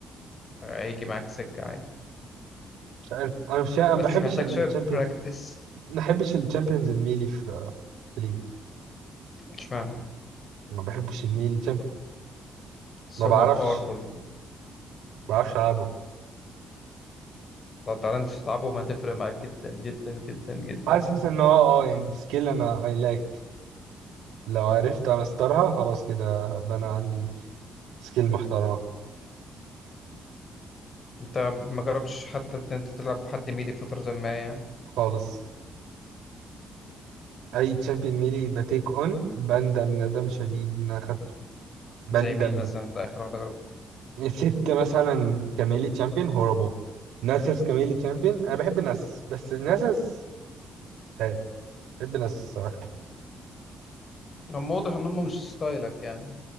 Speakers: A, on the left; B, on the right.
A: هيجي معاك سكه عادي
B: مش عارف انا مش انا
A: بس
B: ما بحبش
A: بيحتاج
B: الشامبيونز
A: شويه براكتس
B: ما بحبش الشامبيونز الميلي في في ليج
A: اشمعنى
B: ما بحبش الميلي تشامبيون
A: بس
B: ما
A: هما
B: بعرفش
A: باورفول
B: ما بعرفش العبه
A: لو تعرفش تلعبهم هتفرق معاك جدا جدا جدا جدا
B: حاسس
A: يعني
B: ان هو اه يعني دي سكيل انا اي لاك لو عرفت امسترها خلاص كده بقى انا عندي سكيل محترمه
A: انت ما جربتش حتى ان انت تلعب بحد ميلي فترة ما يعني
B: خالص اي تشامبيون ميلي بتيك اون بندم ندم شديد ان انا اخدته بندم
A: زي مين مثلا انت اخر واحدة جربت
B: ست مثلا كميلي تشامبيون هوربل ناسس كميلي تشامبيون انا بحب ناسس بس ناسس مش عارف بحب ناسس الصراحه
A: هم واضح ان هم مش ستايلك يعني